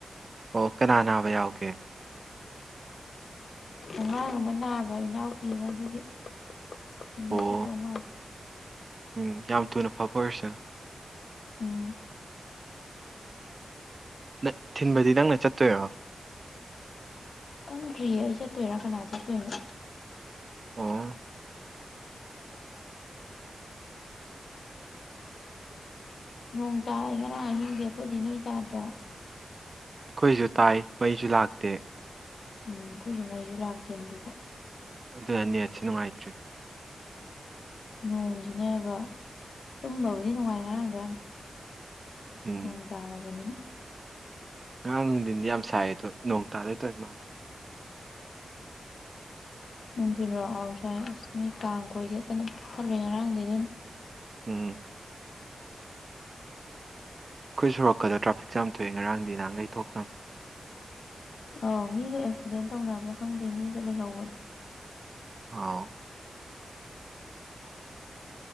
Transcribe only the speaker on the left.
ꯑꯉꯥꯡ ꯑꯃ ꯅꯥꯕ ꯏꯅꯥꯎꯄꯤ ꯑꯃꯗꯨꯒꯤ ꯊꯤꯟꯕ
ꯆꯠꯇꯧ ꯃꯥꯜꯂꯤ
ꯎꯝ
ꯈꯪꯗ꯭ꯔꯤꯌꯦ ꯑꯩ ꯆꯠꯇꯣꯏꯔꯥ ꯀꯅꯥ ꯆꯠꯇꯣꯏꯅꯣ
ꯅꯣꯡ ꯇꯥꯏ ꯉꯔꯥꯡ ꯑꯍꯤꯡꯗꯤ ꯑꯈꯣꯏꯗꯤ ꯅꯣꯏ ꯇꯥꯗ꯭ꯔꯣ
ꯎꯝ ꯑꯩꯈꯣꯏꯁꯨ ꯃꯩꯁꯨ ꯂꯥꯛꯇꯦ ꯍꯧꯖꯤꯛꯐꯨ
ꯅꯣꯡꯁꯤꯅꯕ ꯇꯨꯝꯕꯕꯨꯗꯤ ꯅꯨꯡꯉꯥꯏ ꯉꯔꯥꯡꯗꯣ ꯌꯥꯝ
ꯅꯣꯡ ꯇꯥꯔꯕꯅꯤꯅ
ꯅꯨꯡꯗꯤꯜꯔꯣ ꯑꯥꯎ ꯁꯥꯏ ꯑꯁ ꯃꯤ ꯀꯥꯡ ꯀꯣꯏ ꯆꯦꯠꯄꯅ <unintelligible> ꯉꯔꯥꯡꯗꯤ ꯑꯗꯨꯟ
ꯑꯧ ꯃꯤꯒ ꯑꯦꯛꯁꯤꯗꯦꯟ ꯇꯧꯅꯕ꯭ꯔꯥ ꯈꯪꯗꯦ ꯃꯤꯒ ꯂꯩꯍꯧꯕꯅꯦ